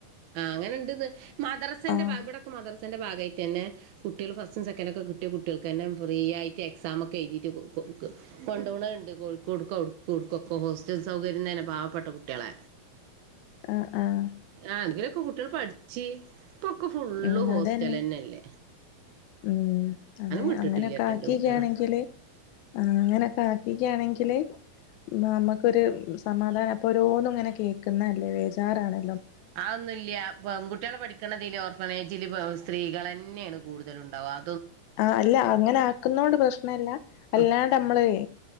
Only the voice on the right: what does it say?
ആ അങ്ങനെണ്ട്ന്ന് മദ്രസന്റെ
ഇവിടൊക്കെ മദ്രസ ത്തൻ്റെ ഭാഗമായിട്ട് തന്നെ കുട്ടികള് ഫസ്റ്റും സെക്കൻഡൊക്ക കിട്ട്യ കുട്ട്യൾക്കെന്നെ ഫ്രീയായ്റ്റ് എക്സാമ് ഒക്കെ എഴുതീറ്റ് കു കൊണ്ടോണവ് ണ്ട് കോഴിക്കോട്ക്കവ്ട്ക്കുവ്ട്ക്കു ഒക്ക ഹോസ്റ്റൽ സൗകര്യം തന്നെ പാവപ്പെട്ട കുട്ട്യളെ
ആ അങ്ങിനൊക്കെ കുട്ട്യള് പഠിച്ചി പ്പൊക്കെ ഫുള്ള്
ഹോസ്റ്റലെന്ന
ല്ലേ
വിട്ടിട്ടില്ലട്ടോ
ഇന്റെ കുട്ട്യേളെ
ആ തൊന്നുല്ല്യ പെൺകുട്ട്യള് പഠിക്കണ തില് ഓർഫനേജില് സ്ത്രീകളെന് ന്നെയെണ് കൂടുതലു ണ്ടാവ ആ
ഉം